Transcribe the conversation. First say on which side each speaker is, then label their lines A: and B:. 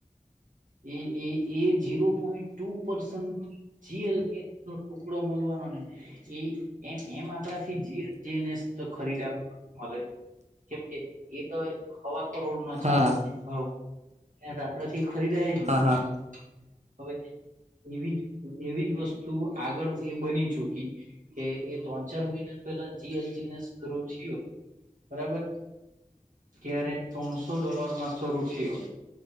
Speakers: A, on the right; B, on the right.
A: એ એ એ ઝીરો પોઈન્ટ ટુ પરશન જીએલ નો ટુકડો મળવાનો ને એ એમ આપણાથી જીએન્સ ખરીદ્યા મળે કેમકે એ તો હવા કરોડ નો
B: હા
A: ચાલે ભાવ એન્ડ આપડે થી ખરીદાય જ નહી
B: હા
A: મારે
B: હા
A: હવે એવી જ એવી જ વસ્તુ આગળ એ બની ચુકી કે એ ત્રણ ચાર મહિના પેલા જીએલજી ને શ ને પૂરું થયું બરાબર ત્યારે ત્રણસો ડોલર માં શરૂ થયો